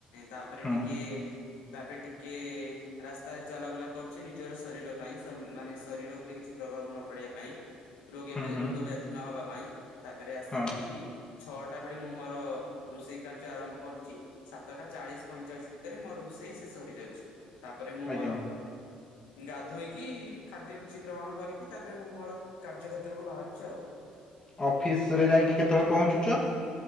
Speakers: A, on the left; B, on the left.
A: ତାପରେ
B: ହୁଁ
A: ଟିକେ ତାପରେ ଟିକେ ରାସ୍ତାରେ ଚଲାବୁଲା କରୁଛି ନିଜର ଶରୀର ପାଇଁ ମାନେ ଶରୀର ଉପରେ କିଛି ପ୍ରଭାବ ନ ପଡିବା ପାଇଁ ରୋଗ,
B: ହୁଁ ହୁଁ
A: ରୋଗ ବ୍ୟାଧି ନହବା ପାଇଁ ତାପରେ ଆସିକି
B: ହଁ
A: ଛଅଟା ବେଳେ ମୁଁ ମୋର। ରୋଷେଇ କାର୍ଯ୍ୟ ଆରମ୍ଭ କରୁଛି, ସାତଟା ଚାଳିଶ ପଇଁଚାଳିଶ ଭିତରେ ମୋର ରୋଷେଇ ଶେଷ ହେଇଯାଉଛି। ତାପରେ ମୁଁ
B: ଆଜ୍ଞା।
A: ମୋର ଗାଧୋଇକି ଖାଦ୍ୟ କିଛି ଗ୍ରହଣ କରିକି ତାପରେ ମୁଁ ମୋର କାର୍ଯ୍ୟ କ୍ଷେତ୍ରକୁ ବାହାରୁଛି ଆଉ
B: ଅଫିସରେ ଯାଇକି କେତେବେଳେ ପହଞ୍ଚୁଛ?